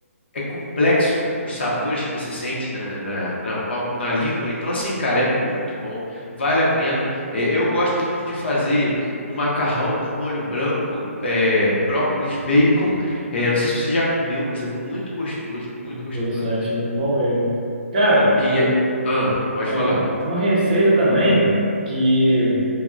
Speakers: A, on the left; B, on the right.
A: é complexo os sabores que você sente na, na, na, palma- na língua. Então, assim, cara, é muito bom, vale a pena. É, eu gosto muito de fazer um macarrão com molho branco, é, brócolis, bacon. É, não sei se você já comeu, mas é muito gostoso, muito
B: Interessante,
A: gostoso.
B: muito bom mesmo. Cara,
A: E é- ah, pode
B: é
A: falar.
B: uma, uma receita também que